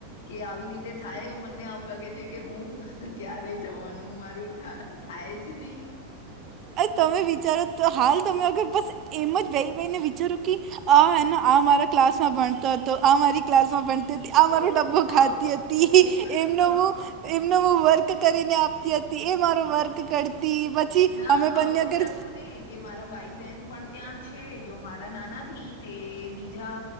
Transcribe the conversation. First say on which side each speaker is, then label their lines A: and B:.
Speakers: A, on the left (about 60°); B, on the right (about 30°).
A: કે આવી રીતે થાય મને- તમને આવું લાગે છે કે હું ક્યારે જવાનું મારું થાય જ નહી-
B: અ તમે વિચારો તો હાલ તમે અગર બસ એમ જ વાઈ ભાઈને વિચારો કે અ એનો આ મારા ક્લાસ માં ભણતો હતો આ મારી ક્લાસ માં ભણ આ
A: તો
B: મારો ડબ્બો ખાતી
A: આવું જ
B: હતી
A: હું
B: એમનો હું એમનો હું વર્ક કરીને આપતી હતી એ મારો વર્ક કરતી પછી
A: ના
B: અમે
A: આવું
B: બંને અગર
A: જ હતું ને કે મારા ભાઈ બેહેન પણ ત્યાં છે જો મારા નાના થી તે બીજા